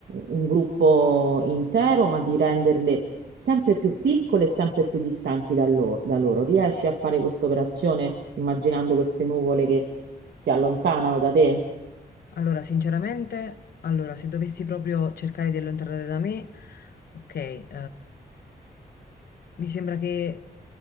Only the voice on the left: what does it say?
Allora, sinceramente, allora, se dovessi proprio cercare di allontanare da me, ok, eh, mi sembra che